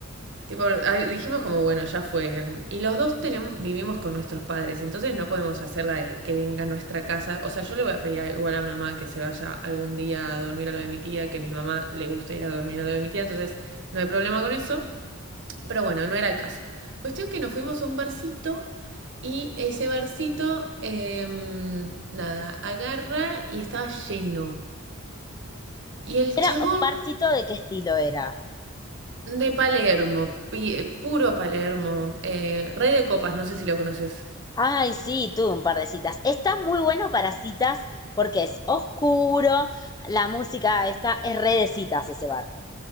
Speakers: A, on the right (about 60°); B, on the left (about 20°).
A: Tipo, ah, dijimos como, bueno, ya fue. Y los dos tenem- vivimos con nuestros padres, entonces no podemos hacerla de que venga a nuestra casa. O sea, yo le voy a pedir a- igual a mi mamá que se vaya algún día a dormir a lo de mi tía, que a mi mamá le gusta ir a dormir a lo de mi tía, entonces no hay problema con eso. Pero bueno, no era el caso. Cuestión que nos fuimos a un barcito y ese barcito, em, nada, agarra y estaba lleno. Y el
B: ¿Era
A: chabón
B: un barcito de qué estilo era?
A: De Palermo, pi- puro Palermo, eh, Rey de Copas, no sé si lo conoces.
B: Ay, sí, tuve un par de citas. Está muy bueno para citas porque es oscuro, la música está, es re de citas ese bar.